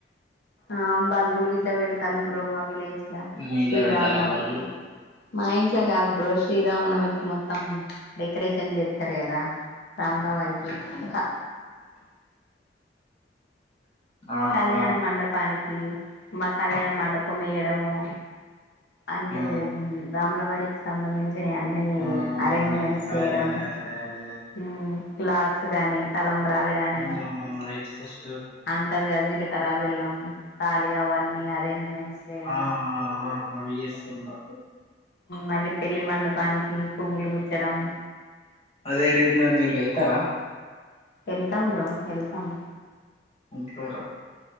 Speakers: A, on the left; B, on the left.
A: ఆ బల్బులు గిట్ల పెడతాను బ్రో మా విలేజ్లా
B: మీ
A: శ్రీరామనవమికి
B: ఇంట్లో పెడతాలా బల్గులు
A: మా ఇంట్లో కాదు బ్రో శ్రీరామనవమికి మొత్తం డెకరేషన్ జెత్తరు కదా రాముల వారికి ఇంక
B: ఆ
A: కళ్యాణ
B: ఆ
A: మండపానికి మా కళ్యాణ మండపం ఎయ్యడము అంటే
B: ఆ
A: రాముల వారికి సంబంధించినవి అన్ని
B: ఆ
A: అరేంజ్మెంట్స్
B: అదే
A: చేయడం
B: అదే అదే అదే
A: మ్మ్ క్లాత్స్ గానీ తలంబ్రాలు గానీ
B: ఉమ్ రైట్ సిస్టర్
A: అంటారు జీలకర్ర బెల్లం తాళి అవన్నీ అరేంజ్మెంట్స్ చేయడం
B: ఆ అవి ఇస్తున్నరు
A: మళ్ళీ పెళ్లి మండపానికి పువ్వులు గుచ్చడం
B: అదే రేపు మరి మీరు వెళ్తారా
A: ఎళ్తాం బ్రో ఎళ్తాం
B: ఎళ్తర